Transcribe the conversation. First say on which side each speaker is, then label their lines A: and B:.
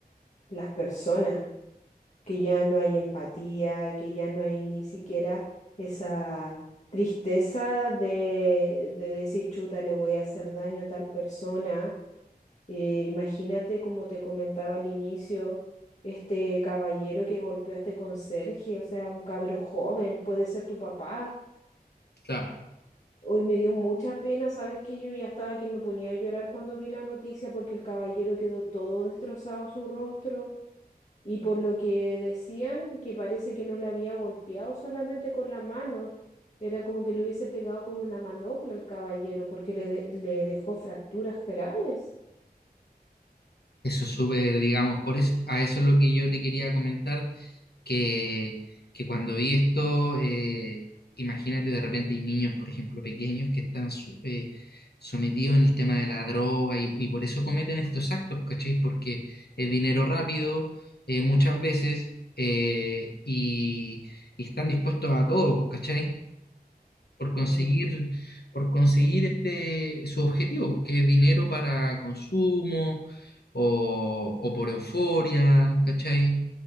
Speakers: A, on the left; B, on the left.
A: las personas, que ya no hay empatía, que ya no hay ni siquiera esa tristeza de, de decir, chuta, le voy a hacer daño a tal persona. Eh, imagínate, como te comentaba al inicio, este caballero que golpeó a este conserje, o sea, un cabro joven, puede ser tu papá.
B: claro.
A: Hoy me dio mucha pena, ¿sabes que Yo ya estaba que me ponía a llorar cuando vi la noticia porque el caballero quedó todo destrozado su rostro y por lo que decían que parece que no le había golpeado solamente con la mano, era como que le hubiese pegado con una manopla al caballero porque le, de- le dejó fracturas graves.
B: Eso es súper, digamos, por eso, a eso es lo que yo te quería comentar, que, que cuando vi esto, eh, imagínate de repente hay niños, por ejemplo, pequeños que están su- eh, sometidos en el tema de la droga y, y por eso cometen estos actos, ¿cachai? Porque es dinero rápido, eh, muchas veces, eh, y, y están dispuestos a todo, ¿cachai? por conseguir,
A: Mm.
B: por conseguir este, su objetivo, que es dinero para consumo o, o por euforia, ¿cachai?